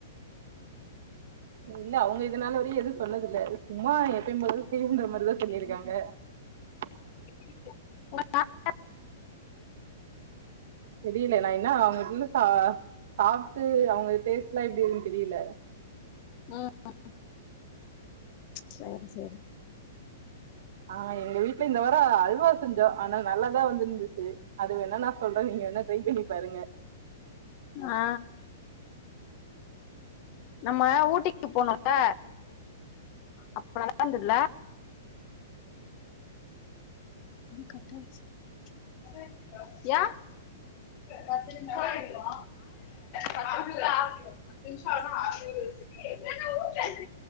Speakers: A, on the right; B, on the left.
A: இல்ல அவங்க இதனால் வரையூ எதுவூ சொன்னதில்ல சும்மா எப்பயூ போலதா செய்யுன்ற மாரிதா சொல்லியிருக்காங்க <inaudible>
B: <inaudible>
A: தெரியல நா என்னா அவங்கிட்ட சா சாப்ட்டு அவுங்க டேஸ்ட் எல்லா எப்டி இருக்குனு தெரியல
B: ம் சேரி சேரி
A: ஆ எங்க வீட்டு்ல இந்த வாரோ அல்வா செஞ்சோ ஆனா நல்லாதா வந்திருந்துச்சு அது வேணா நா சொல்றே நீங்க வேணா ட்ரை பண்ணி பாருங்க
B: அ ஆ நம்ம ஊட்டிக்கு போனோல்ல அப்ப நல்லா இருந்ததுல்ல கட்டாயச்சுக்கா பத்து நிமிஷம் ஆயிருக்கோ பத்து நிமிஷம் ஆகல தின்ஷால்லா அரவிந்த் பத்தி பேசுறா